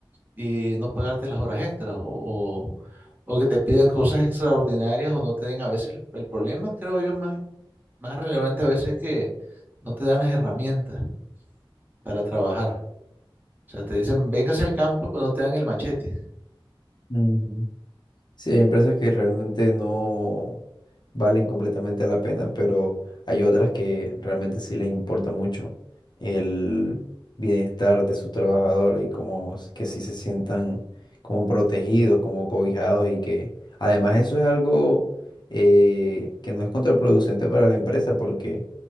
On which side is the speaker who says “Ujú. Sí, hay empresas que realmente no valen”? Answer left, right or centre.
Left